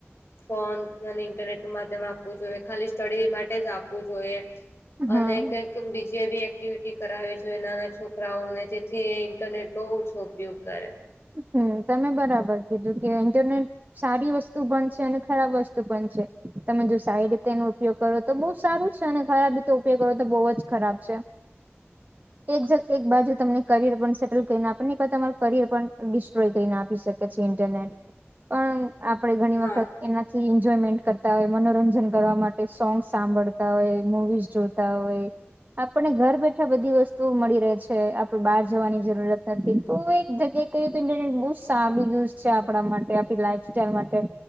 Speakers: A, on the left; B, on the right.
A: ફોન અને ઇન્ટરનેટ નું માધ્યમ આપવું જોઈએ ખાલી સ્ટડી માટે જ આપવું જોઈએ
B: હા
A: અને કઈ બીજી એી એક્ટિવિટી કરાવી જોઈએ નાના છોકરાઓને જેથી ઇન્ટરનેટ નો ઓછો ઉપયોગ કરે
B: હમ તમે બરાબર કીધું કે ઇન્ટરનેટ સારી વસ્તુ પણ છે અને ખરાબ વસ્તુ પણ છે તમે જો સારી રીતે એનો ઉપયોગ કરો તો બહુ સારું છે અને ખરાબ રીતે ઉપયોગ કરો તો બહુ જ ખરાબ છે. એક જ એક બાજુ તમને કરિયર પણ સેટલ કરીને આપણને ક તમારું કરિયર પણ ડિસ્ટ્રોય કરીને આપી શકે છે ઇન્ટરનેટ પણ આપણે ઘણી
A: હા.
B: વખત એના થી એન્જોયમેન્ટ કરતા હોય મનોરંજન કરવા માટે સોંગ સાંભળતા હોય મુવીઝ જોતા હોય. આપણને ઘર બેઠા બધી વસ્તુઓ મળી રહે છે આપડ બહાર જવાની જરૂરત નથી તો એક જગ્યાએ તે તો ઇન્ટરનેટ બહ સારું યુઝ છે આપણા માટે આપણી લાાઈફ સાઈલ માટે